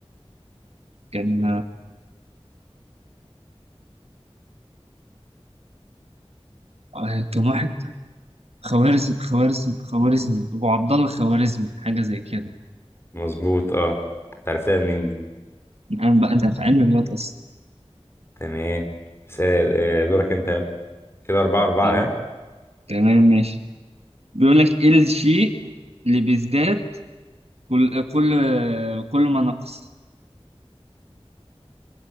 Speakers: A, on the right; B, on the left.
A: كان آه كان واحد خوارزم خوارزم خوارزمي أبو عبد الله الخوارزمي حاجة زي كده
B: مظبوط أه أنت عرفتها منين دي؟
A: أنا بقى أنا في علم الرياضة أصلا
B: تمام سأل- آه، دورك انت يلا كده أربعة أربعة
A: جامد
B: ها
A: تمام ماشي بيقول لك إيه الشيء اللي بيزداد كل كل كل ما نقص